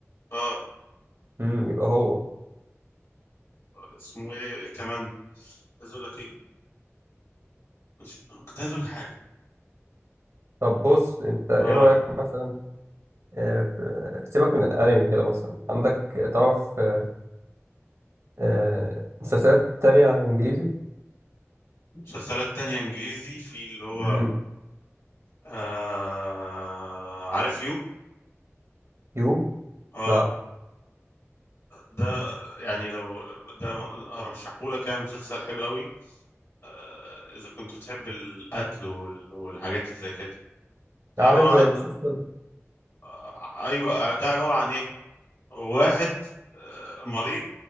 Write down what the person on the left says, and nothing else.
آه.
اسمه ايه, إيه كمان عايز اقول لك ايه مش... كنت عايز اقول لك حاجة
اه
مسلسلات تانية انجليزي في اللي هو
آه عارف يو
اه
ده يعني لو ده ارشحهولك يعني مسلسل حلو قوي آه اذا كنت بتحب القتل وال- والحاجات اللي زي كده ده
عبارة
عن
آه ايوه ده عبارة عن ايه واحد آه مريض